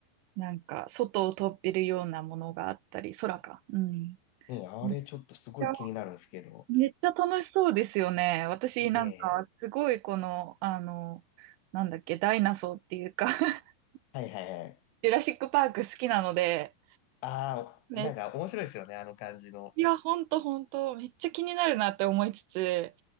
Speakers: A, on the right (about 80°); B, on the left (about 80°).
A: なんか、外を飛べるようなものがあったり、空か。うん。
B: ねえ、あれちょっとすごい気になるんですけど。
A: めっちゃ、めっちゃ楽しそうですよね。私なんか、
B: ねえ。
A: すごいこの、あの、なんだっけ、ダイナソーっていうか <laughs>
B: はいはいはい。
A: ジュラシックパーク好きなので、
B: ああ、
A: めっ
B: なんか面白いですよね、あの感じの。
A: いや、ほんとほんと、めっちゃ気になるなって思いつつ、